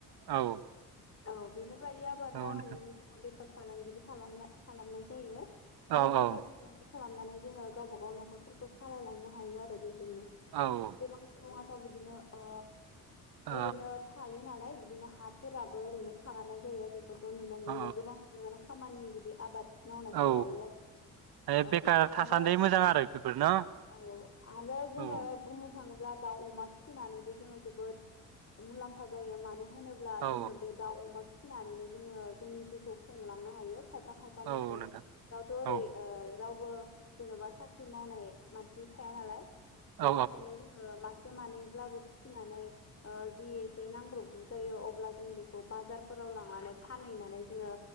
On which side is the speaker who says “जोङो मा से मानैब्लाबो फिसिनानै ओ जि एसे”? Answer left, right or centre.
Left